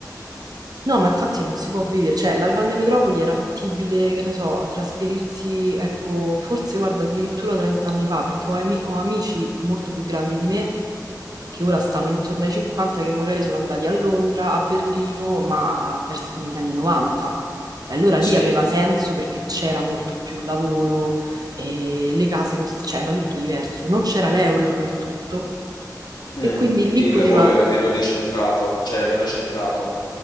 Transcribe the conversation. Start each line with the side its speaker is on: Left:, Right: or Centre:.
Right: No, ma infatti non si può vivere, cioè la grande metropoli era fattibile, che ne so, a trasferirsi, ecco, forse guarda addirittura 30 anni fa, perché ho, ami- ho amici molto più grandi di me che ora stanno intorno ai 50, che magari sono andati a Londra, a Berlino, ma verso- negli anni 90. E allora lì
Left: Sì.
Right: aveva senso perché c'era molto più lavoro, e le case cost- cioè era tutto diverso, non c'era l'euro soprattutto.
Left: Mm.
Right: E quindi lì
Left: Il
Right: poteva
Left: lavoro era meno decentrato, cioè era meno centrato.